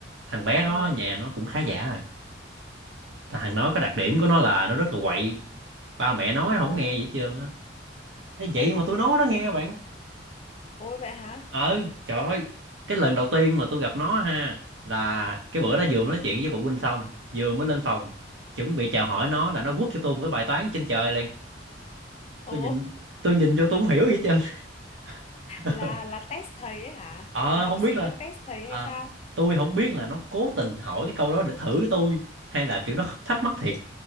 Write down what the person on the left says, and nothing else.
ờ
ồ
ôi
ôi vậy hả
ồ
là là test thầy ấy hả
là học
sinh
đang test thầy
hay sao
ừ,